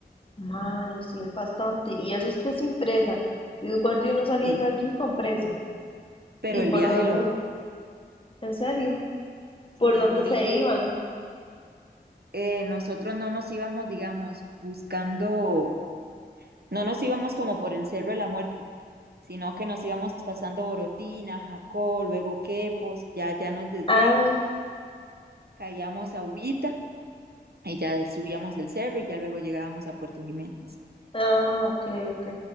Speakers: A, on the left; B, on the right.
A: Ma, sí es bastante. Y eso es que sin presa. Yo guardé uno saliendo
B: Sí,
A: aquí con presa.
B: pero
A: ¿Y
B: el
A: por
B: viaje
A: dónde?
B: lo vale.
A: ¿En serio?
B: Sí,
A: ¿Por dónde
B: es bonito.
A: se iban?
B: Eh, nosotros no nos íbamos, digamos, buscando, no nos íbamos como por el Cerro de la Muerte, sino que nos íbamos pasando Orotina, Jacó, luego Quepos, ya, ya nos desviábamos,
A: Ah,
B: caíamos a Ubita y ya subíamos el cerro y ya luego llegábamos a Puerto Jiménez.
A: ah, ok, ok.